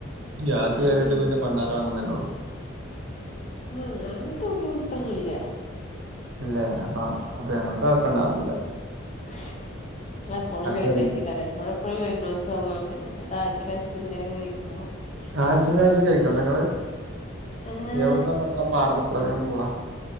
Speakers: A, on the right; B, on the left.
A: ഗ്യാസ്
B: മറ്റേത്
A: കയറിട്ട് പിന്നെ പണ്ടാറം അടങ്ങുന്നല്ലാ ഉള്ളു.
B: ഉം അങ്ങനത്തെ ബുദ്ധിമുട്ടൊന്നുമില്ല.
A: ഇല്ലേ അപ്പം അപ്പൊ ഞങ്ങൾക്ക് ആർക്കും ഉണ്ടാവില്ല.
B: നിങ്ങള് എപ്പോഴും കഴിക്കുമായിരിക്കും.
A: കേറിട്ട്
B: <unintelligible> എപ്പോഴും എപ്പോഴും കഴിക്കുന്നവർക്ക് ആവും <unintelligible> ആഴ്ചയിൽ ഇങ്ങനെ ഇങ്ങനെ നിക്കും.
A: ആഴ്ചയിൽ ആഴ്ചയിൽ കഴിക്കുമോ നിങ്ങള്,
B: ഏഹ്
A: എവിടുന്ന് ഇപ്പൊ നിങ്ങള് പാടത്ത് ഇത്ര അധികം പൂളാ.